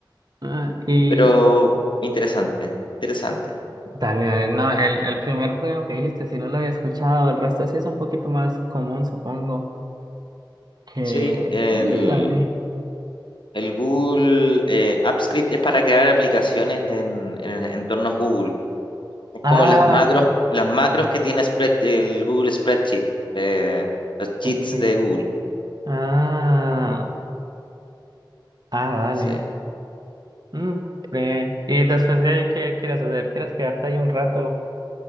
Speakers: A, on the right; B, on the left.
A: Ah, y
B: Pero interesante, interesante.
A: dale, dale, no, el, el primer programa que dijiste, si no lo había escuchado, el resto sí es un poquito más común, supongo, que...
B: Sí, el,
A: Mm, Dale.
B: el Google eh, App Script es para crear aplicaciones en, en entornos Google. Es
A: Ah.
B: como las macros, las macros que tiene spread- el Google Spreadsheet, eh, los cheats
A: Ok.
B: de Google.
A: Ah, ah, dale.
B: Sí,
A: Mm, bien. Y después de ahí, ¿qué quieres hacer? ¿Quieres quedarte ahí un rato?